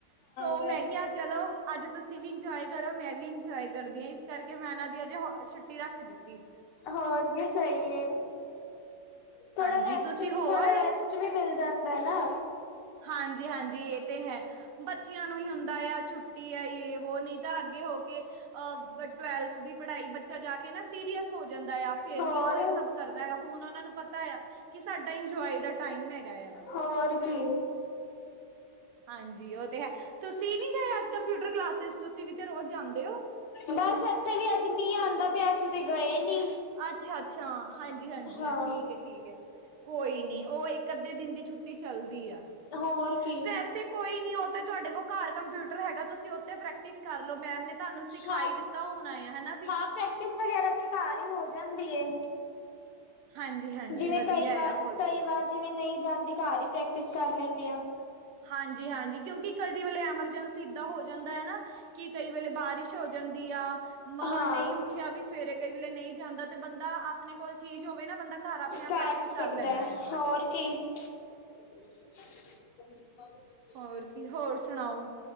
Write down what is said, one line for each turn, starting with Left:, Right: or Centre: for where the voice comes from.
Right: ਸੋ
Left: ਬਸ।
Right: ਮੈਂ ਕਿਆ ਚਲੋ ਅੱਜ ਤੁਸੀ ਵੀ ਇੰਜੋਆਏ ਕਰੋ ਮੈਂ ਵੀ ਇੰਜੋਆਏ ਕਰਦੀ ਆਂ। ਇਸ ਕਰਕੇ ਮੈਂ ਔਨਾਂ ਦੀ ਅਜੱ ਹ ਛੁੱਟੀ ਰੱਖ ਦਿੱਤੀ।
Left: ਹੋਰ ਕੀ ਸਈ ਏ। ਥੋੜਾ
Right: ਹਾਂਜੀ
Left: ਰੈਸਟ
Right: ਤੁਸੀਂ
Left: ਵੀ,
Right: ਹੋ
Left: ਥੋੜਾ
Right: ਆਏ
Left: ਰੈਸਟ ਵੀ ਮਿਲ ਜਾਂਦੈ ਨਾ।
Right: ਹਾਂਜੀ-ਹਾਂਜੀ ਏ ਤੇ ਹੈ। ਬੱਚਿਆਂ ਨੂੰ ਈ ਹੁੰਦਾ ਏਆ ਛੁੱਟੀ ਐ। ਯੇ, ਵੋ ਨੀ ਤਾਂ ਅੱਗੇ ਹੋ ਕੇ ਅ ਬਟ ਟਵੈਲਥ ਦੀ ਪੜ੍ਹਾਈ ਬੱਚਾ ਜਾ ਕੇ ਨਾ ਸੀਰੀਅਸ ਹੋ ਜਾਂਦਾ ਏਆ। ਫਿਰ
Left: ਹੋਰ
Right: ਨੀ ਔ ਏ ਸਭ ਕਰਦਾ ਏਆ। ਹੁਣ ਔਨਾਂ ਨੂੰ ਪਤਾ ਏਆ ਕਿ ਸਾਡਾ ਇੰਜੋਆਏ ਦਾ ਟਾਈਮ ਹੈਗਾ ਏਆ।
Left: ਹੋਰ ਕੀ।
Right: ਹਾਂਜੀ ਔ ਤੇ ਐ। ਤੁਸੀ ਨੀ ਗਏ ਅੱਜ ਕੰਪਿਊਟਰ ਕਲਾਸਿਸ, ਤੁਸੀ ਵੀ ਤੇ ਰੋਜ਼ ਜਾਂਦੇ ਔ।
Left: ਬੱਸ ਇੱਥੇ ਵੀ ਅੱਜ ਮੀਂਹ ਆਂਦਾ ਪਿਆ, ਅਸੀ ਤੇ ਗਏ ਨੀ।
Right: ਅੱਛਾ-ਅੱਛਾ। ਹਾਂਜੀ-ਹਾਂਜੀ।
Left: ਹਾਂ।
Right: ਠੀਕ ਏ-ਠੀਕ ਏ। ਕੋਈ ਨੀ ਔ ਇੱਕ ਅੱਧੇ ਦਿਨ ਦੀ ਛੁੱਟੀ ਚੱਲਦੀ ਆ।
Left: ਹੋਰ ਕੀ
Right: ਵੈਸੇ ਕੋਈ ਨੀ ਔ ਤੇ ਤੁਆਡੇ ਕੋਲ ਘਾਰ ਕੰਪਿਊਟਰ ਹੈਗਾ ਤੁਸੀ ਉੱਥੇ ਪ੍ਰੈਕਟਿਸ ਕਰ ਲੋ ਮੈਮ ਨੇ ਤਾਨੂੰ ਸਿਖਾ
Left: ਹਾਂ
Right: ਈ ਦਿੱਤਾ ਹੋਣਾ ਏ, ਹੈਨਾ ਵੀ।
Left: ਹਾਂ ਪ੍ਰੈਕਟਿਸ ਵਗੈਰਾ ਤੇ ਘਰ ਹੀ ਹੋ ਜਾਂਦੀ ਏ।
Right: ਹਾਂਜੀ-ਹਾਂਜੀ
Left: ਜਿਵੇਂ
Right: ਵਧੀਆ
Left: ਕਈ ਵਾਰ,
Right: ਆ ਹੋਰ
Left: ਕਈ
Right: ਕੀ।
Left: ਵਾਰ ਜਿਵੇਂ ਨਈ ਜਾਂਦੀ। ਘਾਰ ਈ ਪ੍ਰੈਕਟਿਸ ਕਰ ਲੈਂਨੇ ਆਂ।
Right: ਹਾਂਜੀ-ਹਾਂਜੀ ਕਿਉਂਕਿ ਕਦੀ ਵੇਲੇ ਐਮਰਜੈਂਸੀ ਸਿੱਧਾ ਹੋ ਜਾਂਦੈ ਨਾ ਕਿ ਕਈ ਵੇਲੇ ਬਾਰਿਸ਼ ਹੋ ਜਾਂਦੀ ਆ ਮ
Left: ਹਾਂ
Right: ਨਈ ਉੱਠਿਆ ਵੀ ਸਵੇਰੇ ਕਈ ਵੇਲੇ ਨਈ ਜਾਂਦਾ ਤੇ ਬੰਦਾ ਆਪਣੇ ਕੋਲ ਚੀਜ਼ ਹੋਵੇ ਨਾ ਬੰਦਾ ਘਰ ਆਪਣੇ ਆਪ
Left: ਕਰ
Right: ਪ੍ਰੈਕਟਿਸ
Left: ਵੀ ਸਕਦੈ,
Right: ਲੈਂਦਾ ਆ।
Left: ਹੋਰ ਕੀ। <unintelligible>
Right: ਹੋਰ ਕੀ, ਹੋਰ ਸੁਣਾਔ।